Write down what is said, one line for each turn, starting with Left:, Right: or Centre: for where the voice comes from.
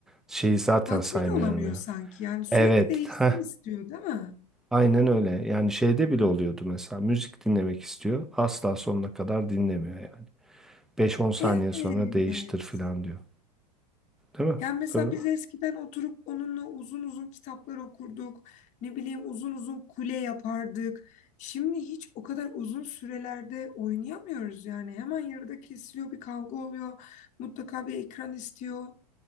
Centre: Şeyi zaten
Left: tatmin
Centre: saymıyorum
Left: olamıyor
Centre: ya.
Left: sanki yani sürekli
Centre: Evet.
Left: değişsin
Centre: heh.
Left: istiyor değil mi?
Centre: Aynen öyle. Yani şeyde
Left: Hmm.
Centre: bile oluyordu mesela. Müzik dinlemek istiyor. Asla sonuna kadar dinlemiyor yani. Beş on saniye
Left: Evet.
Centre: sonra değiştir falan diyor. Değil mi?
Left: Yani mesela
Centre: Böyle.
Left: biz eskiden oturup onunla uzun uzun kitaplar okurduk. Ne bileyim uzun uzun kule yapardık. Şimdi hiç o kadar uzun sürelerde oynayamıyoruz yani. Hemen yarıda kesiliyor, bir kavga oluyor. Mutlaka bir ekran istiyor.